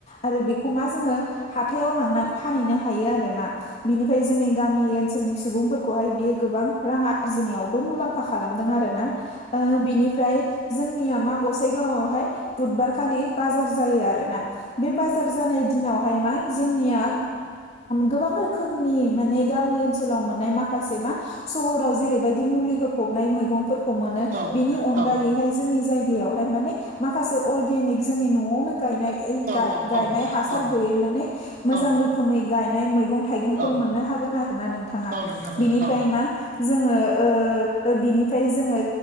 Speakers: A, on the left; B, on the right.
A: आरो बेखौ मा जोङो हाथायाव लांनानै फानहैनो हायो आरोना। बिनिफ्राय जोंनि गामि ओनसोलनि सुबुंफोरखौहाय बियो गोबां रां आरजिनायावबो मुलाम्फा खालामदों आरो। ना ओ बिनिफ्राय जोंनिया मा गसाइगावआवहाय बुधबारखालि बाजार जायो आरोना। बे बाजार जानाय दिनाव ओमफाय मा जोंनिया गोबां रोखोमनि माने गामि ओनसो सोलाव मोननाय माखासे मा सहाव जेरैबायदि मुलि होफबनाय मैगं फोरखौ मोनो
B: औ
A: बिनि अनगायैहाय
B: औ
A: जोंनि जाय गायावहाय माने माखासे अर्गेनिक जोंनि न'आवनो गायनाय।
B: औ
A: गाय-गायनाय हासार
B: औ
A: गैयै माने मोजां
B: औ
A: रोखोमै गायनाय मैगं थाइगंफोर
B: औ
A: मोननो हागोन आरो ना नोंथाङा
B: औ नोंथां औ
A: बिनिफ्राय
B: औ
A: मा जोङो ओ बिनिफ्राय जोङो